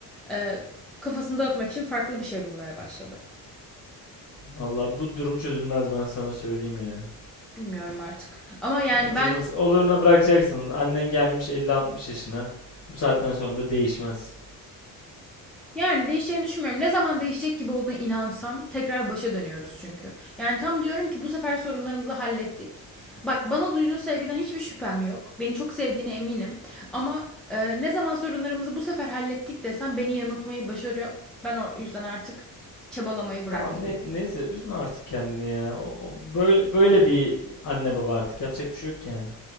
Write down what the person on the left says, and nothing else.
Valla bu durum çözülmez ben sana söyleyeyim ya.
Ha, bu çözülmez.
Oluruna bırakacaksın. Annen gelmiş elli altmış yaşına. Bu saatten sonra da değişmez.
Tamam ne, neyse üzme artık kendini ya. O, o- böyle böyle bir anne baba artık yapacak bir şey yok ki yani.